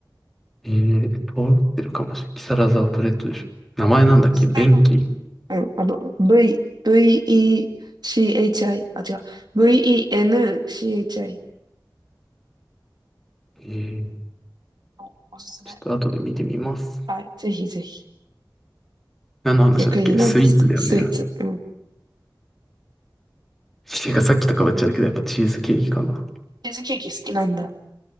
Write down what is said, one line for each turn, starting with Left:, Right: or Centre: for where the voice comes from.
Centre: えー、通ってるかもしれない木更津アウトレットでしょ。名前なんだっけ便器
Right: そう絶対と、あの、あの、V、VECHI、あ、違う、VENCHI
Centre: えー、
Right: のおおすすめ。
Centre: ちょっと後で見てみます。
Right: はい、ぜひぜひ。
Centre: 何の話だっけスイーツだよね。
Right: 逆に何ですかスイーツ。うん。
Centre: ていうかさっきとかばっちゃだけど、やっぱチーズケーキかな。
Right: チーズケーキ好きなんだ。